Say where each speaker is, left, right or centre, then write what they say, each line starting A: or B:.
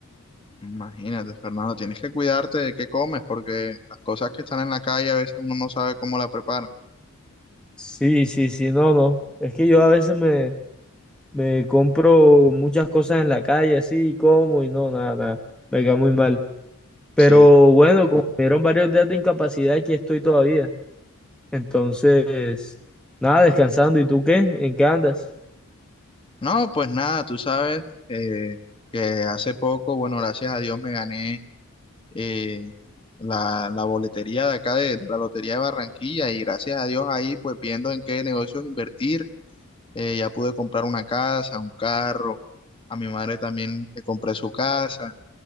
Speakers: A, on the left; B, in the centre.
A: Imagínate, Fernando, tienes que cuidarte de qué comes, porque las cosas que están en la calle a veces uno no sabe cómo la preparan.
B: Sí, sí, sí, no, no. Es que yo a veces me, me compro muchas cosas en la calle, así, como y no, nada, nada. Me cae muy mal. Pero
A: Sí.
B: bueno, como me dieron varios días de incapacidad, aquí estoy todavía. Entonces, nada, descansando. ¿Y tú qué? ¿En qué andas?
A: No, pues nada, tú sabes eh, que hace poco, bueno, gracias a Dios me gané eh, la, la boletería de acá de, de la Lotería de Barranquilla y gracias a Dios ahí, pues viendo en qué negocios invertir. eh, ya pude comprar una casa, un carro, a mi madre también le compré su casa.